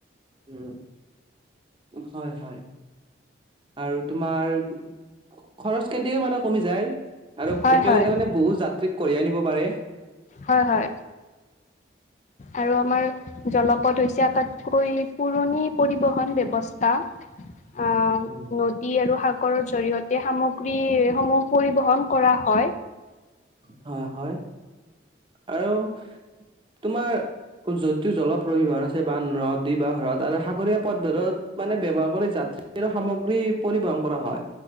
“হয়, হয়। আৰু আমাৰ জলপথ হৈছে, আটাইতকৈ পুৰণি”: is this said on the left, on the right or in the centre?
Left